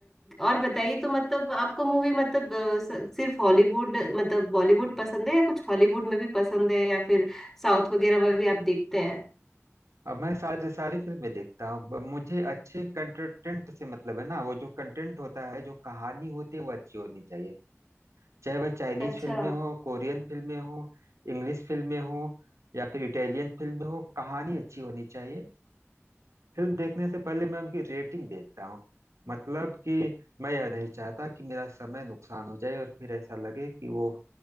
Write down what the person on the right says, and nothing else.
अब मैं सारी सारी फिल्में देखता हूँ ब- मुझे अच्छे कंटेंट से मतलब है ना वो जो कंटेंट होता है जो कहानी होती है वो अच्छी होनी चाहिए चाहे वह चाइनीज
फिल्में हो कोरियन फिल्में हो इंग्लिश फिल्में हो या फिर इटालियन फिल्में हो कहानी अच्छी होनी चाहिए फिल्म देखने से पहले मैं उनकी रेटिंग देखता हूँ मतलब कि मैं यह नहीं चाहता कि मेरा समय नुकसान हो जाए और फिर ऐसा लगे कि वो